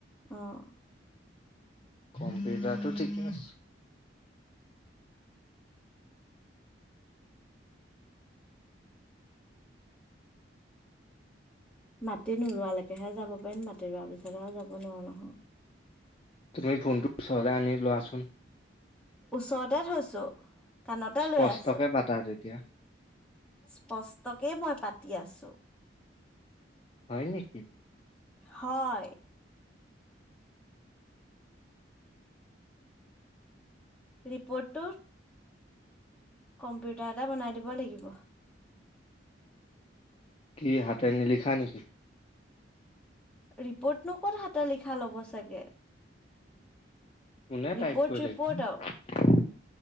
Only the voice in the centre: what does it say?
আহ
মাটি নোোৰোৱালৈকেহে যাব পাৰিম মাটি ৰোৱাৰ পিছত আৰু যাব নোৱাৰোঁ নহয়
ওচৰতে থৈছো কাণতে
লৈ আছো
স্পষ্টকে মই পাতি আছো
হয় ৰিপৰ্টটো কম্পিউটাৰতে বনাই দিব লাগিব।
ৰিপ'ৰ্টনো ক'ত হাতে লিখা ল'ব চাগে।
ৰিপৰ্ট
ৰিপৰ্ট
আৰু